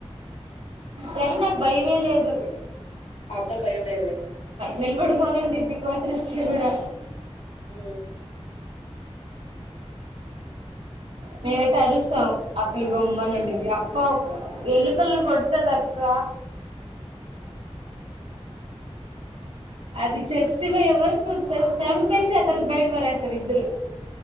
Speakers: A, on the right (about 80°); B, on the left (about 80°).
A: రెహన్ నాకు భయమే లేదు
B: అప్పుడ భయమే ఇలే
A: నిలబడుకొని ఉండిది కోతులు వచ్చా కూడా
B: ఉ
A: మేమైతే అరుస్తాం ఆ పిల్ల గొమ్మనుండిది అప్ప ఎలుకలను కొడతదక్క అది చచ్చిపోయే వరకు చన్ చంపేసి ఆ తర్వాత బయట పడేస్తారు ఇద్దరు